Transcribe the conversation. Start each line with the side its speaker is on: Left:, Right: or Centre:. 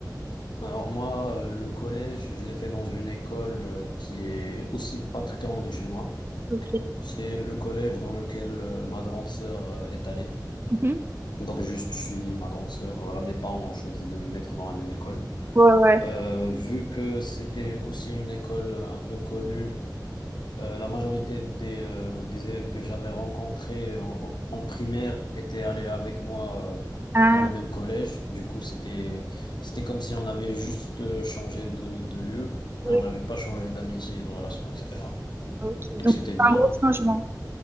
Left: Alors moi, euh, le collège, je l'ai fait dans une école euh, qui est aussi pas très loin de chez moi.
Right: Ok.
Left: C'est le collège dans lequel euh, ma grande sœur euh, est allée.
Right: Mhm.
Left: Donc j'ai juste suivi ma grande sœur. Voilà, mes parents ont choisi de me mettre dans la même école.
Right: Ouais, ouais.
Left: Euh, vu que c'était aussi une école un peu connue, euh, la majorité des, euh, des élèves que j'avais rencontrés en, au- en primaire étaient allés avec moi euh,
Right: Ah,
Left: dans le même collège. Du coup, c'était c'était comme si on avait juste euh, changé de, de lieu, mais
Right: oui,
Left: on n'avait pas changé d'amitié, de relation, etc.
Right: ok.
Left: Donc
Right: Donc,
Left: c'était
Right: c'est
Left: bien.
Right: un gros changement.
Left: Mm,